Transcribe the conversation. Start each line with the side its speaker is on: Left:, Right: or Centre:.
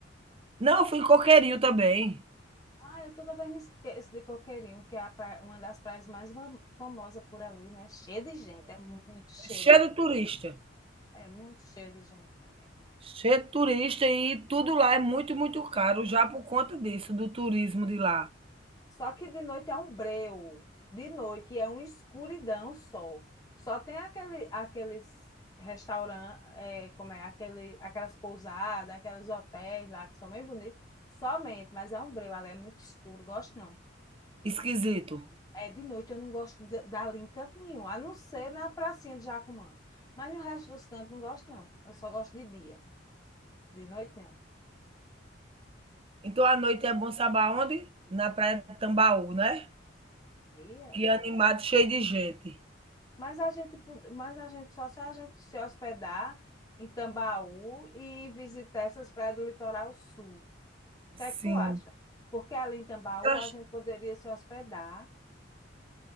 Right: Não, eu fui em Coqueirinho também.
Left: Ah, eu toda vez me esqueço de Coqueirinho, que é a praia- uma das praias mais vam- famosas por ali, né? Cheia de gente, é muito cheia
Right: É Cheio
Left: de,
Right: de turista.
Left: é muito cheia de gente, mulher.
Right: Cheio de turista e tudo lá é muito, muito caro, já por conta disso, do turismo de lá.
Left: Só que de noite é um breu. De noite é uma escuridão só. Só tem aquele, aqueles restaurantes, como é, aquele, aquelas pousadas, aqueles hotéis lá que são bem bonitos. Somente, mas é um breu, ela é muito escuro, gosto não.
Right: Esquisito.
Left: É, de noite eu não gosto da- dali em canto nenhum, a não ser na pracinha de Jacumã. Mas no resto dos cantos não gosto, não. Eu só gosto de dia. De noite, não.
Right: Então a noite é bom saber onde? Na Praia de Tambaú, né?
Left: Aí é.
Right: Que é animado, cheio de gente.
Left: Mas a gente, pod- mas a gente só se a gente se hospedar em Tambaú e visitar essas praias do litoral sul. O
Right: Sim.
Left: que é que tu acha? Porque ali em Tambaú
Right: Eu acho-
Left: a gente poderia se hospedar